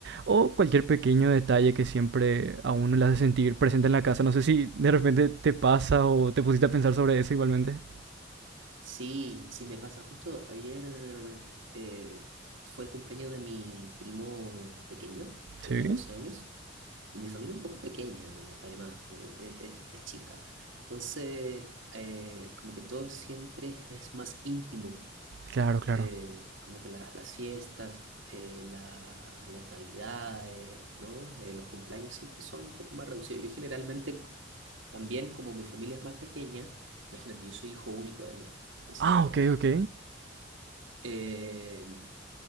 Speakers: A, on the right; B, on the right.
A: o cualquier pequeño detalle que siempre a uno le hace sentir presente en la casa. No sé si de repente te pasa o te pusiste a pensar sobre eso igualmente.
B: Sí, sí me pasa. Justo ayer eh, fue el cumpleaños de mi primo pequeño, tiene
A: Sí.
B: 12 años, y mi familia es un poco pequeña, diga- además, eh, eh, es, es chica. Entonces, eh, como que todo siempre es más íntimo
A: Claro, claro.
B: eh, como que la- las fiestas, eh, la- las navidades, ¿no? Eh, los cumpleaños siempre son un poco más reducidos. Yo generalmente co- también, como mi familia es más pequeña, imagínate, yo soy hijo único además, entonces
A: Ah, ok, ok.
B: eh,